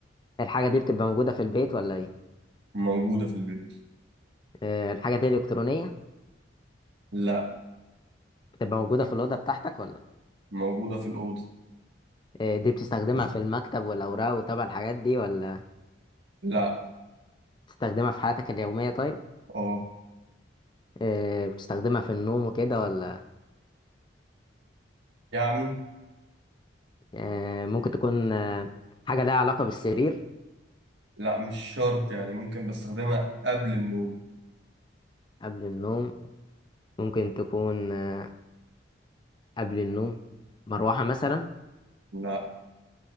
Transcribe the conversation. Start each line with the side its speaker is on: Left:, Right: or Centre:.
Left: الحاجه دي بتبقى موجوده في البيت ولا ايه
Right: موجوده في البيت
Left: آه، الحاجه دي الكترونيه
Right: لا
Left: بتبقى موجوده في الاوضه بتاعتك ولا
Right: موجودة في الأوضة
Left: آه، دي بتستخدمها في المكتب والاوراق وتبع الحاجات دي ولا
Right: لا
Left: بتستخدمها في حياتك اليوميه طيب
Right: اه
Left: آه، بتستخدمها في النوم وكده ولا
Right: يعني
Left: آه، ممكن تكون آه، حاجه لها علاقه بالسرير
Right: لا مش شرط يعني ممكن بستخدمها قبل النوم
Left: قبل النوم ممكن تكون آه، قبل النوم مروحه مثلا
Right: لا